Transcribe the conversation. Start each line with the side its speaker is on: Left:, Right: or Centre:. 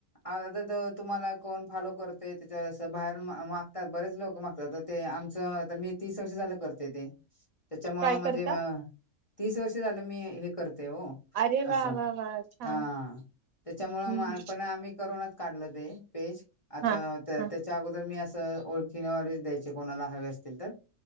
Left: आ. आ तुम्हाला कोण फॉलो करतोय त्याच्या बाहेरून मागतात बरेच लोक मागतात तर ते आमचं मी तीस वर्ष झालं करते ते त्याच्यामुळ
Right: काय
Left: म्हणजे
Right: करता
Left: तीस वर्ष झालं मी हे करते. तेओ
Right: अरे वा
Left: अस
Right: वा वा छान
Left: हा त्याच्यामुळे
Right: हम्म हम्म
Left: पण आम् करोना त काढल ते पेज आ
Right: हा
Left: त्या
Right: हा
Left: अोर मी ओळख व द्याय कोणाला हवे असतील तर